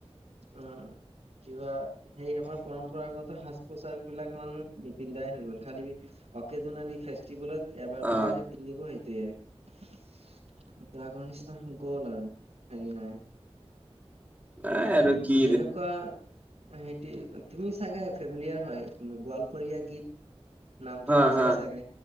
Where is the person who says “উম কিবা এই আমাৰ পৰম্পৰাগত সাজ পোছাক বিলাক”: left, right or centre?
Right